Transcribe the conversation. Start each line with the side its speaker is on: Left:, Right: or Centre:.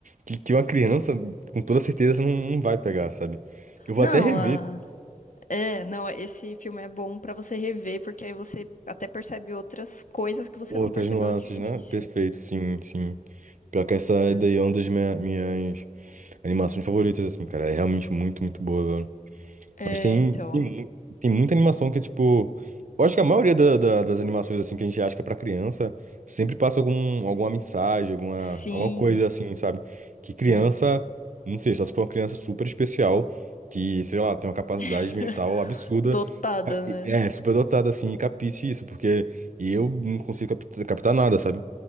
Right: Que, que uma criança, com toda certeza, não, não vai pegar, sabe? Eu vou
Left: Não,
Right: até rever
Left: a- é, não, esse filme é bom pra você rever, porque aí você até percebe outras coisas que você
Right: outras
Left: não percebeu
Right: nuances,
Left: de início.
Right: né? Perfeito, sim, sim. Pior que essa
Left: É,
Right: daí é uma das minha- minhas. Animações favoritas, assim, cara. É realmente muito, muito boa, velho.
Left: É,
Right: Mas tem,
Left: então.
Right: tem, mu- tem muita animação que, tipo. Eu acho que a maioria da- da- das animações, assim, que a gente acha que é pra criança, sempre passa algum, alguma mensagem, alguma,
Left: Sim,
Right: alguma coisa, assim, sabe? Que criança.
Left: é.
Right: Não sei, só se for uma criança super especial, que, sei lá, tem uma capacidade
Left: <laughs>
Right: mental absurda.
Left: Dotada, né?
Right: É, super dotada, assim, e capiche isso, porque eu não consigo capta- captar nada, sabe?